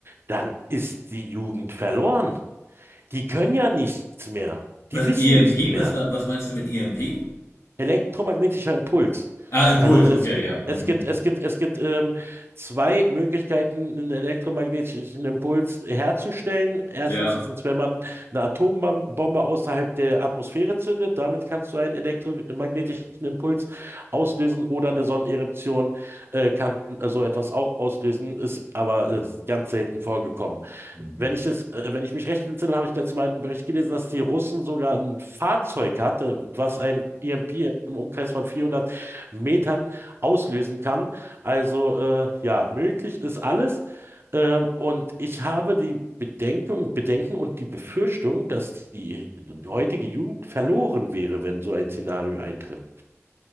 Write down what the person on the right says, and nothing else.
dann ist die Jugend verloren. Die können ja nichts mehr.
Die wissen
nichts mehr.
Elektromagnetischer Impuls.
Also es,
äh,
es
gibt, es gibt, es gibt ähm, zwei Möglichkeiten, einen elektromagnetischen Impuls herzustellen. Erstens
ist es, wenn man eine Atombombe außerhalb der Atmosphäre zündet, damit kannst du einen elektromagnetischen Impuls auslösen oder eine Sonneneruption äh, kann so etwas auch auslösen, ist aber äh, ganz selten vorgekommen.
Wenn ich das, äh, wenn ich mich recht entsinne, habe ich dazu mal einen Bericht gelesen, dass die Russen sogar ein Fahrzeug hatte, was ein EMP im Umkreis von 400 Metern auslösen kann. Also äh, ja, möglich ist alles. Ähm, und ich habe die Bedenken, Bedenken und die Befürchtung, dass die heutige Jugend verloren wäre, wenn so ein Szenario eintrifft.